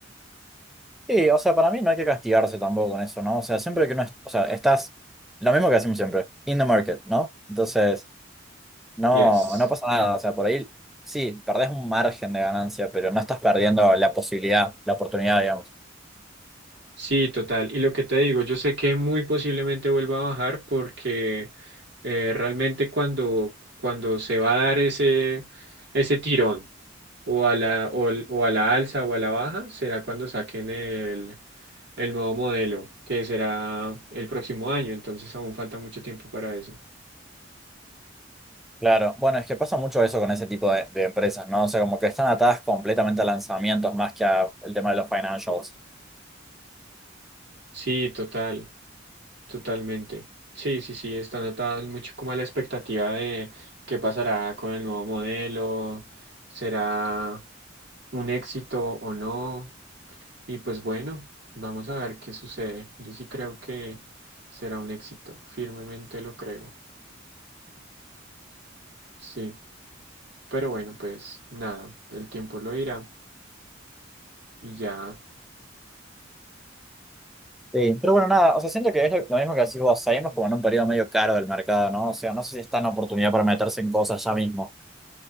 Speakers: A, in the centre; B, on the right.
A: Y, o sea, para mí no hay que castigarse tampoco con eso, ¿no? O sea, siempre que uno, es- o sea, estás, lo mismo que hacemos siempre, in the market, ¿no? Entonces, No,
B: Yes.
A: no pasa nada. O sea, por ahí sí, perdés un margen de ganancia, pero no estás perdiendo la posibilidad, la oportunidad, digamos.
B: Sí, total. Y lo que te digo, yo sé que muy posiblemente vuelva a bajar porque eh, realmente cuando, cuando se va a dar ese, ese tirón o a la, o, el- o a la alza o a la baja, será cuando saquen el, el nuevo modelo, que será el próximo año. Entonces aún falta mucho tiempo para eso.
A: Claro, bueno, es que pasa mucho eso con ese tipo de, de empresas, ¿no? O sea, como que están atadas completamente a lanzamientos más que al tema de los financials.
B: Sí, total. Totalmente. Sí, sí, sí, están atadas mucho como a la expectativa de qué pasará con el nuevo modelo, será un éxito o no. Y pues bueno, vamos a ver qué sucede. Yo sí creo que será un éxito, firmemente lo creo. Sí, pero bueno, pues nada, el tiempo lo dirá y ya.
A: Sí. Pero bueno, nada, o sea, siento que es lo, lo mismo que decís vos, seguimos como en un periodo medio caro del mercado, ¿no? O sea, no sé si está en oportunidad para meterse en cosas ya mismo.